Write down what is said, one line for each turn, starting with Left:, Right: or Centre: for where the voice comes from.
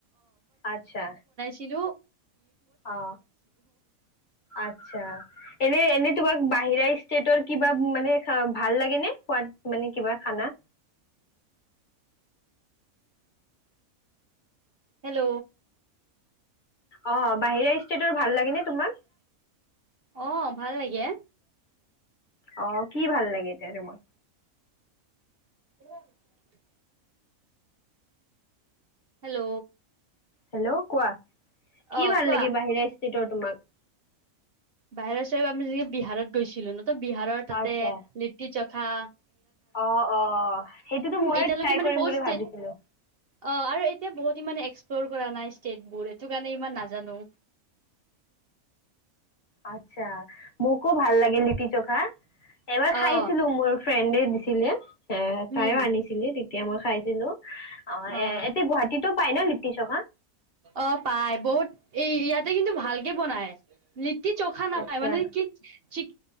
Left: আছা।
Right: কিলো।
Left: অ আচ্ছা এনেই এনেই তোমাৰ। বাহিৰা ষ্টেটৰ কিবা মানে ভাল লাগে নে খোৱাদ মানে কিবা খানা।
Right: হেল্ল'।
Left: অ বাহিৰা ষ্টেটৰ ভাল লাগেনে তোমাক।
Right: অহ ভাল লাগে।
Left: অ কি ভাল লাগে এতিয়া তোমাক।
Right: অহ। <unintelligible> হেল্ল'।
Left: হেল্ল' কোৱা। কি
Right: অ
Left: ভাল
Right: কোৱা
Left: লাগে বাহিৰা। তিটো তোমাক
Right: বাহিৰৰা চ আমি যেক বিহাৰত গৈছিলো ন। বিহাৰৰ তাতে
Left: আচ্ছা
Right: নীতি চক্ৰ। হা।
Left: অ অ সেইটোতো ময়ো
Right: এতিয়ালৈকে
Left: ট্ৰাই
Right: মানে
Left: কৰিম
Right: বহুত
Left: বুলি
Right: ষ্টেট
Left: ভাবিছিলো।
Right: অ আৰু এতিয়া বহুত ইমান এক্সপ্ল'ৰ কৰা নাই ষ্টেটবোৰ এইটো কাৰণে ইমান নাজানো।
Left: আচ্ছা মোকো ভাল লাগিল। জকা এবাৰ খাইছিলো
Right: অ
Left: মোৰ। ফ্ৰেণ্ডে দিছিলে। এ
Right: উম
Left: তাইও আনিছিলি তেতিয়া মই খাইছিলো অ
Right: অ
Left: এ এতিয়া গুৱাহাটীতো। ফাইল লিপিছা।
Right: অ পাই বহুত এই ইয়াতে কিন্তু ভালকে বনাই। কি চোখা নাপায়
Left: আচ্ছা
Right: মানে কি চিক